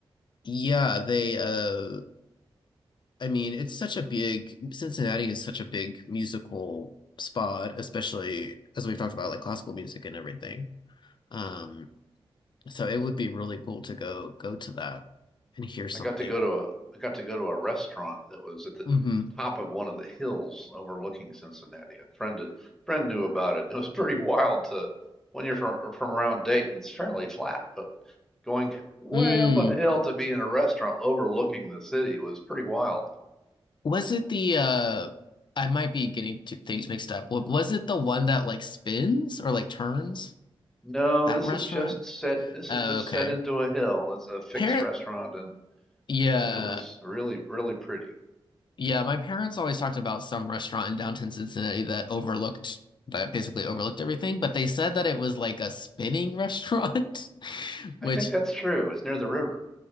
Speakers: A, on the left; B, in the centre.
A: yeah, they uh I mean, it's such a big, Cincinnati is such a big musical spot, especially as we've talked about like classical music and everything. Um, so it would be really cool to go go to that and hear something.
B: I got to go to a I got to go to a restaurant that was at the
A: hmm
B: top of one of the hills overlooking Cincinnati. A friend a friend knew about it. It was <laughs> pretty wild to when you're from from around Dayton, it's fairly flat, but going way
A: Mm.
B: up on a hill to be in a restaurant overlooking the city was pretty wild.
A: Was it the uh I might be getting two things mixed up. Wa- Was it the one that like spins or like turns?
B: No,
A: That
B: this
A: restaurant?
B: is just set this
A: Oh,
B: is just
A: okay.
B: set into a hill. It's a fixed
A: Parent,
B: restaurant and
A: yeah.
B: and it was really really pretty.
A: Yeah, my parents always talked about some restaurant in downtown Cincinnati that overlooked, that basically overlooked everything, but they said that it was like a spinning restaurant, <laughs> which,
B: I think that's true. It's near the river.